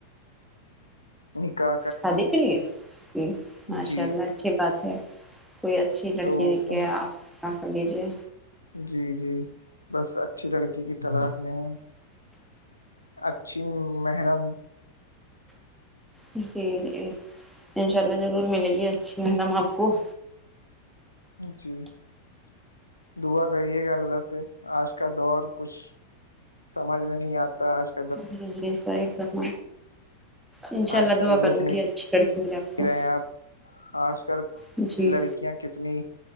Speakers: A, on the left (about 80°); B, in the centre.
A: نکا
B: شادی کے لیے ج ماشاء
A: جی
B: اللہ اچھی بات ہے کوئی اچھی لڑکی
A: تو
B: دکھ کے آپ کا کر لیجیے
A: جی جی بس اچھی لڑکی کی تلاق میں ہے اکچھی محرم
B: جی جی انشاء اللہ ضرور ملے گی اچھی مڈم آپ کو
A: جی دعا کریے گا اللہ سے آج کا دور کچھ سمجھ میں نہیں آتا آجل
B: جی جی صحیح فم ان شاء
A: آج
B: اللہ
A: کل
B: دعا
A: دیکھ
B: کروں
A: نہیں
B: گی اچھی لڑکی آپ کو
A: رہے ہیں آپ آج کل
B: جی
A: کی لڑکی کیاں کتنی